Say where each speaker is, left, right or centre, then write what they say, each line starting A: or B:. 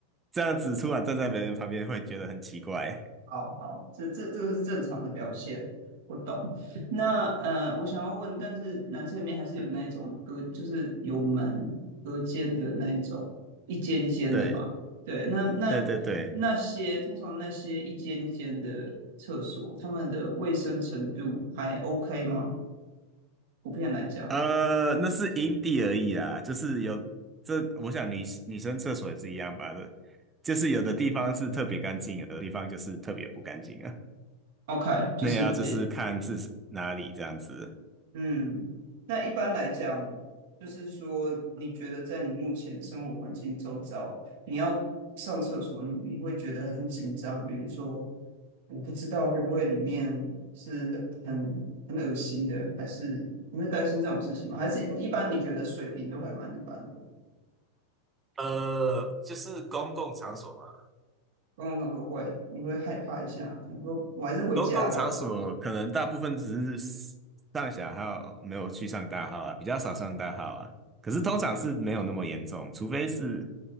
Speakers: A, on the right; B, on the right.
A: 这样子突然站在别人旁边会觉得很奇怪。
B: 好好，这这这个是正常的表现，我懂。那呃，我想要问，但是男厕里面还是有那种隔，就是有门隔间的那一种，一间一间的嘛。
A: 对。
B: 对，那那那些通常那些一间一间的厕所，
A: 对对对，
B: 他们的卫生程度还 OK 吗？普遍来讲
A: 呃，那是阴地而已啦，就是有这，我想女女生厕所也是一样吧的，就是有的地方是特别干净，有的地方就是特别不干净啊。
B: ，OK，就是也
A: 那也要就是看是哪里这样子。
B: 嗯，那一般来讲，就是说，你觉得在你目前生活环境周遭，你要上厕所，你你会觉得很紧张。比如说，我不知道会不会里面是很很恶心的，还是你会担心这种事情吗？还是一般你觉得水平都还蛮一般的？
A: 呃，就是公共场所嘛，
B: 刚刚他说会，你会害怕一下，你说我还是回家好了。
A: 公共场所可能大部分只是上小号，没有去上大号啊，比较少上大号啊。可是通常是没有那么严重，除非是，